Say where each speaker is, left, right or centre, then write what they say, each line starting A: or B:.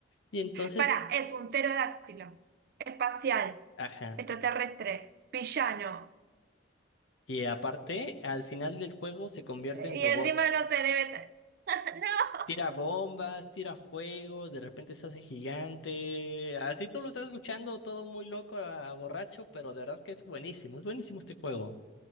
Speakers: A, on the left; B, on the right.
A: Y entonces,
B: Pará, es un pterodáctilo, espacial,
A: ajá.
B: extraterrestre, villano.
A: Y aparte, al final del juego se convierte en
B: Y
A: robot.
B: encima no se debe... ta- <laughs> No,
A: Tira bombas, tira fuego, de repente se hace gigante. Así tú lo estás escuchando todo muy loco a, a borracho, pero de verdad que es buenísimo. Es buenísimo este juego.